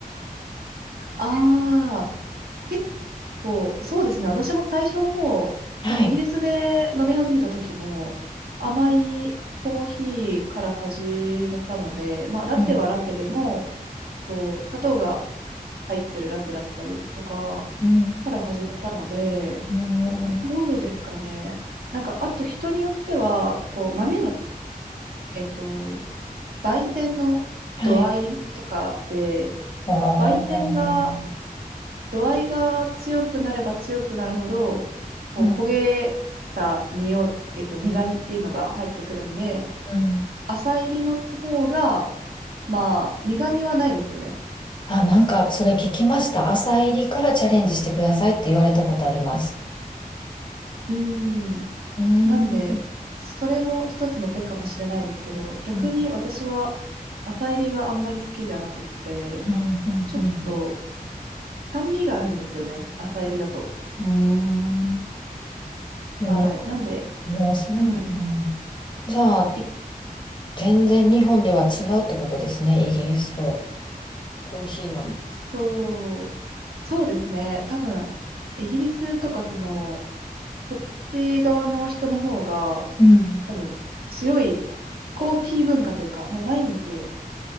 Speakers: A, on the right; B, on the left.
A: ああ、結構、そうですね。私も最初の方、
B: はい。
A: そのイギリスで飲み始めた時も、甘いコーヒーから始めたので、まあ、ラテはラテでも、
B: うん。
A: こう、砂糖が入ってるラテだったりとか
B: うん。
A: から始めたので、
B: うん。
A: どうですかね。なんか、あと人によっては、こう、豆の、えっと、焙煎の度合いとかで、
B: はい。ああ。
A: 焙煎が度合いが強くなれば強くなるほど、こう焦げた匂い、
B: うん。
A: えっと、苦味っていうのが入ってくるんで、
B: うん。
A: 浅煎りの方が、まあ、苦味はないですよね。
B: あ、なんか、それ聞きました。朝入りからチャレンジしてくださいって言われたことあります。
A: うん。
B: うーん。
A: なんで、
B: うん。
A: それも一つの手かもしれないですけど、逆に私は
B: うん。
A: 浅煎りがあんまり好きじゃなくって、
B: うん。
A: ちょっと
B: うん。
A: 酸味があるんですよね。浅煎りだと。
B: うん。うんでもね
A: はい。なんで、
B: もうそうなんだ。
A: うん、
B: じゃあ、
A: い、
B: 全然日本では違うってことですね、イギリスとコーヒーの。
A: そう。そうですね。多分、イギリスとか、その、そっち側の人の方が、
B: うん。
A: 多分、強いコーヒー文化というか、もう毎日